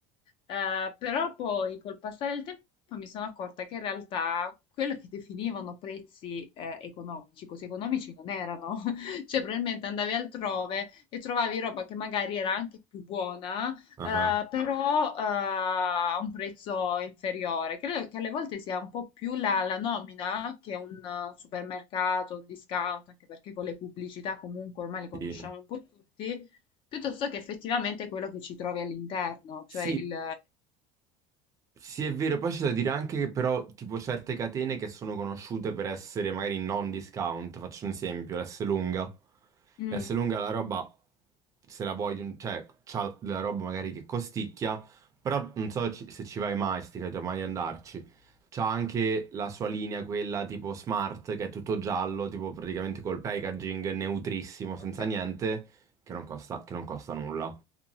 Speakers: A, on the left (about 35°); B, on the right (about 20°).
A: eh, però poi col passare del tempo mi sono accorta che in realtà quello che definivano prezzi eh, economici, così economici non erano. <laughs> Cioè, probabilmente andavi altrove e trovavi roba che magari era anche più buona,
B: ah
A: eh,
B: ah,
A: però eh, a un prezzo inferiore. Credo che alle volte sia un po' più la, la nomina che un eh, supermercato, un discount, anche perché con le pubblicità comunque ormai le conosciamo
B: Sì.
A: un po' tutti, piuttosto che effettivamente quello che ci trovi all'interno,
B: Sì,
A: cioè il...
B: Sì, è vero, poi c'è da dire anche che però tipo certe catene che sono conosciute per essere magari non discount, faccio un esempio, l'Esselunga.
A: Mm,
B: L'Esselunga la roba, se la vuoi, di un- cioè c'ha della roba magari che costicchia, però non so ci- se ci vai mai, sti cavoli, mai di andarci. C'ha anche la sua linea, quella tipo smart, che è tutto giallo, tipo praticamente col packaging neutrissimo,
A: ok.
B: senza niente, che non costa, che non costa nulla.